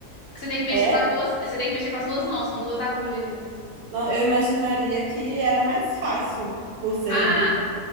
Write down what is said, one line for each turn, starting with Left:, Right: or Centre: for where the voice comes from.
Left: Porque você tem que mexer
Right: É?
Left: com as duas, você tem que mexer com as duas mãos, são duas agulhas, né?
Right: Não, eu imaginaria que era mais fácil por ser
Left: Ah,
Right: duas